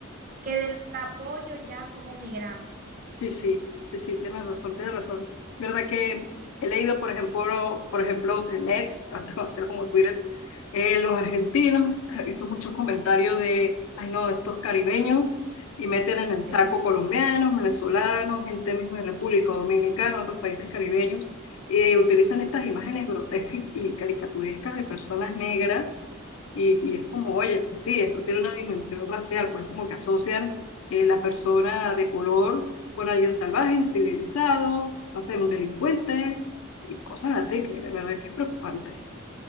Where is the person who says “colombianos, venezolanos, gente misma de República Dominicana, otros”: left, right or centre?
Left